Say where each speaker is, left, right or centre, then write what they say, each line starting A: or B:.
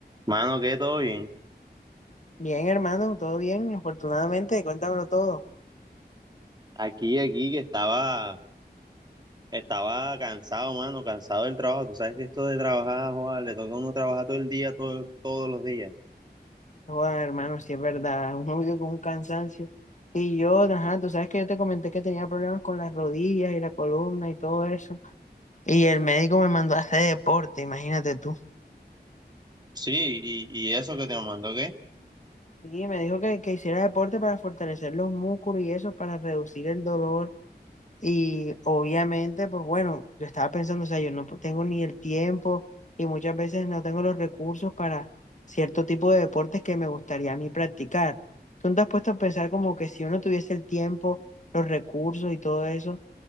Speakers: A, on the right (about 25°); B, on the left (about 45°).
A: Mano, que todo bien.
B: Bien, hermano, todo bien, afortunadamente, cuéntamelo todo.
A: Aquí, aquí, que estaba, estaba cansado, mano, cansado del trabajo. Tú sabes que esto de trabajar, joder, le toca a uno trabajar todo el día, todo, todos los días.
B: Bueno, hermano, sí es verdad, <laughs> uno vive con un cansancio. Y yo, ajá, tú sabes que yo te comenté que tenía problemas con las rodillas y la columna y todo eso. Y el médico me mandó a hacer deporte, imagínate tú.
A: Sí, y, y eso que te mandó, ¿qué?
B: Y me dijo que, que hiciera deporte para fortalecer los músculos y eso, para reducir el dolor. Y obviamente, pues bueno, yo estaba pensando, o sea, yo no tengo ni el tiempo y muchas veces no tengo los recursos para cierto tipo de deportes que me gustaría a mí practicar. ¿Tú no te has puesto a pensar como que si uno tuviese el tiempo, los recursos y todo eso,